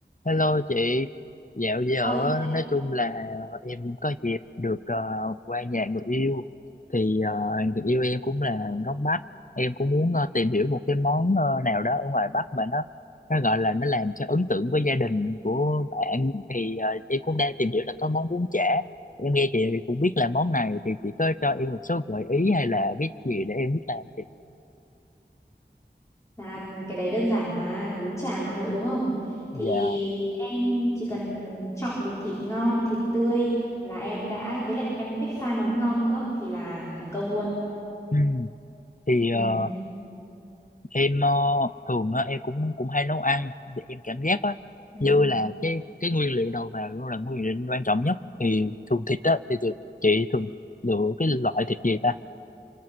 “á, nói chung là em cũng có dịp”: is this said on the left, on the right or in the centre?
Left